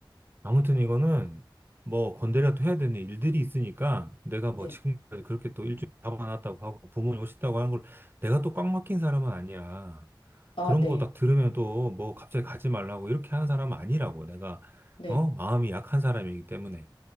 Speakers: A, on the right; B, on the left.
A: 아무튼 이거는 뭐 건드려도 해야 되는 일들이 있으니까 내가 뭐
B: 네.
A: 지금까지 그렇게 또 일주일 잡아놨다고 하고 부모님 오셨다고 하는 걸 내가 또 꽉 막힌 사람은 아니야.
B: 아,
A: 그런
B: 네.
A: 거 딱 들으면 또 뭐 갑자기 가지 말라고 이렇게 하는 사람은 아니라고. 내가
B: 네.
A: 어? 마음이 약한 사람이기 때문에.